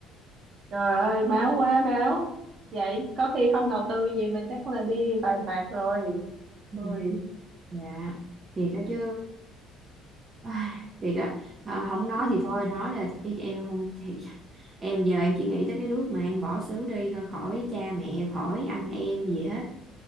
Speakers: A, on the right; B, on the right.
A: Trời ơi, báo quá báo. Vậy có khi không đầu tư gì mình chắc là đi bài bạc rồi.
B: Ừ.
A: Ui.
B: dạ thiệt á chứ ai, thiệt á à, không nói
A: Ừ.
B: thì thôi nói là chứ em không thì em giờ em chỉ nghĩ tới cái nước mà em bỏ xứ đi thôi khỏi cha mẹ khỏi anh em gì hết